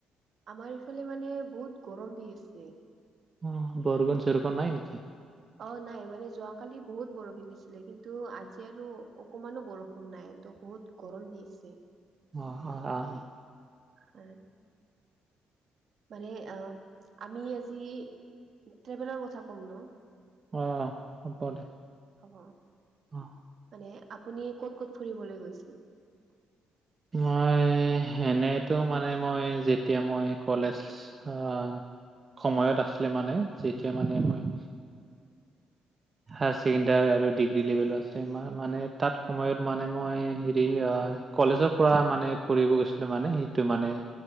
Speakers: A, on the right; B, on the right.
A: আমাৰ ইফালে মানে বহুত গৰম দি আছে।
B: অঁ, বৰষুণ চৰখুণ নাই নেকি?
A: অঁ নাই মানে যোৱাকালি বহুত বৰষুণ দিছিলে, কিন্তু আজি আৰু অকমানো বৰষুণ নাই, তো বহুত গৰম দি আছে।
B: অঁ হয় অঁ
A: হয়। মানে আঁ আমি আজি ট্ৰেভেলৰ কথা ক'ম ন।
B: অঁ হ'ব দে।
A: হব।
B: অঁ
A: মানে আপুনি ক'ত ক'ত ফুৰিবলে গৈছিল।
B: মই সেনেতো মানে মই যেতিয়া মই কলেজ আহ সময়ত আছিলে, মানে যেতিয়া মানে মই হয়। হায়াৰ ছেকেণ্ডাৰী আৰু ডিগ্ৰী লেভেলৰ আছে মানে তাত সময়ত মানে মই হেৰি আ কলেজৰ পৰা মানে ফুৰিব গৈছিলো মানে সেইটো মানে।